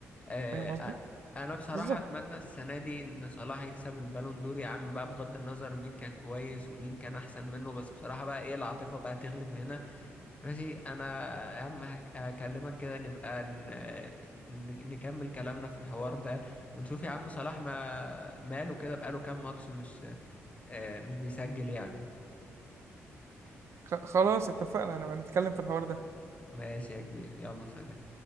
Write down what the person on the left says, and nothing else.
آه،
أ- انا بصراحة
اتمنى السنة دي ان صلاح يكسب البالون دور يا عم بقى بغض النظر مين كان كويس ومين كان احسن منه بس بصراحة بقى ايه العاطفة بقى تغلب هنا ماشي انا يا عم هك- هكلمك كده نبقى ن... ن- نكمل كلامنا في الحوار ده ونشوف يا عم صلاح ما ماله كده بقاله كام ماتش مش آه، مش بيسجل يعني
ماشي يا كبير يلا سلام